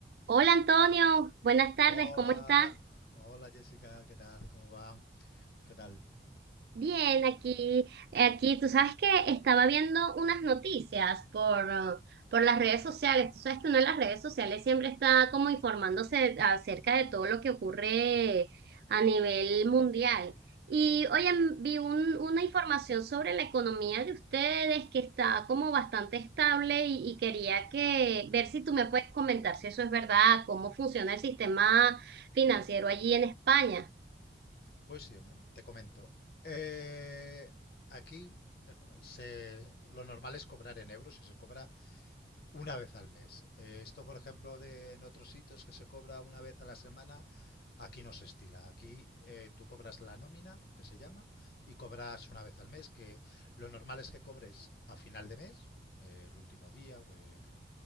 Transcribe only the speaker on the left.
Hola,
hola Jessica, ¿qué tal? ¿Cómo va? ¿Qué tal?
Pues sí, hombre, te comento. Eh, aquí eh, se, lo normal es cobrar en euros y se cobra una vez al mes. Eh, esto, por ejemplo, de en otros sitios que se cobra una vez a la semana, aquí no se estila. Aquí eh, tú cobras la nómina, que se llama, y cobras una vez al mes, que lo normal es que cobres a final de mes, eh, el último día o el